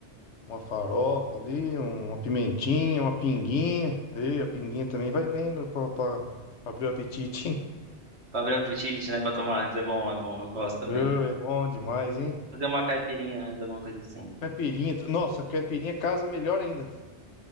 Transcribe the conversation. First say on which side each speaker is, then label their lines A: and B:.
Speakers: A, on the left; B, on the right.
A: uma farofa ali, um- uma pimentinha, uma pinguinha. E a pinguinha também vai bem no- pra, pra abrir o apetite, hein? <laughs>
B: pra abrir o apetite, né? Pra tomar antes. É bom, é bom. Eu gosto também.
A: Ô, é bom demais, hein?
B: Fazer uma caipirinha antes, alguma coisa assim.
A: Caipirinha. Nossa, caipirinha casa melhor ainda.